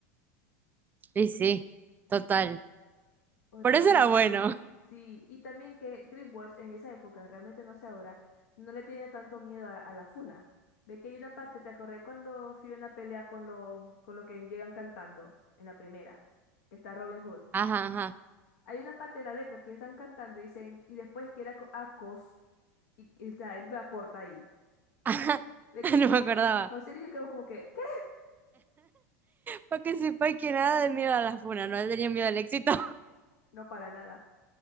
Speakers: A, on the right; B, on the left.
A: Sí, sí, total.
B: Horrible.
A: Por eso era bueno.
B: Sí, y también que DreamWorks en esa época, realmente no sé ahora, no le tenía tanto miedo a, a la funa. Ve que hay una parte, ¿te acordé cuando Fiona pelea con los, con los que llegan cantando en la primera? Que está Robin Hood.
A: Ajá, ajá.
B: Hay una parte en la letra que están cantando y dicen, y después que era co- acos, y, y, o sea, él la corta ahí.
A: Ajá.
B: Ve
A: <laughs>
B: que José
A: No me acordaba.
B: Lillo, José Lillo quedó como que, ¿qué?
A: Para que sepa que nada de miedo a la funa, no le tenía miedo al éxito.
B: No para nada.